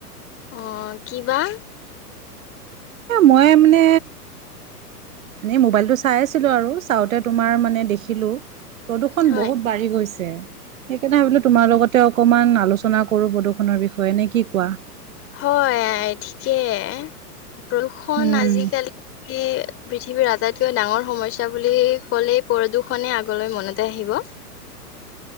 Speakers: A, on the left (about 25°); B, on the right (about 55°).
A: আহ কি বা
B: মই মানে এনে মোবাইলতটো চাই আছিলো আৰু চাওঁতে তোমাৰ মানে দেখিলো প্ৰদূষণ
A: হয়
B: বহুত বাঢ়ি গৈছে সেই কাৰনে ভাবিলো তোমাৰ লগতে অকমান আলোচনা কৰো প্ৰদূষনৰ বিষয়ে নে কি কোৱা?
A: হয় ঠিকেই প্ৰদূষণ
B: উম।
A: আজিকালি পৃথিৱীৰ আটাইতকৈ ডাঙৰ সমস্যা বুলি ক'লেই প্ৰদূষনে আগলৈ মনতে আহিব, <inaudible>